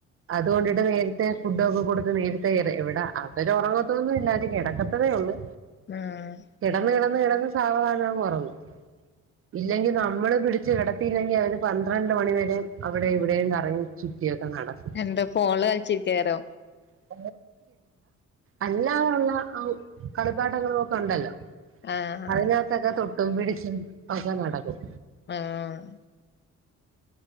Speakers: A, on the right (about 45°); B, on the left (about 40°).
A: അതുകൊണ്ടിട്ട് നേരത്തെ ഫുഡൊക്കെ കൊടുത്ത് നേരത്തെ ഇ ഇവിടെ അവര് ഉറങ്ങത്തൊന്നുംല്ല അവര് കിടക്ക തെള്ളു
B: ആഹ്
A: കിടന്ന്കിടന്ന് കടന്ന് സാവധാനങ്ങ് ഉറങ്ങും ഇല്ലെങ്കിൽ നമ്മള് പിടിച്ചച്ച് കിടത്തില്ലെങ്കിൽ അവര് പത്രണ്ട് മണിവരും അവിടെ ഇവിടെയും കറങ്ങി ചുറ്റിയൊക്കെ നടക്കും
B: എന്താ ഫോൺല് കളിച്ചിരിക്കാരോ
A: <unintelligible> അല്ലാതുള്ള കളിപാഠങ്ങളും ഒക്കെ ഉണ്ടല്ലോ
B: ആഹ്
A: അതിനകത്തൊക്കെ തൊട്ടും പിടിച്ചും ഒക്കെ നടക്കും
B: ആഹ് ആഹ്